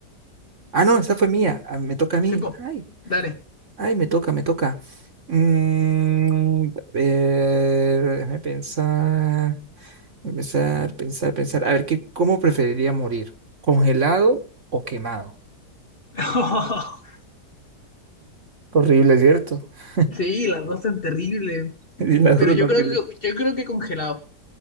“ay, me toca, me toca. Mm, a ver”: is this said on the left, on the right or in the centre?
Right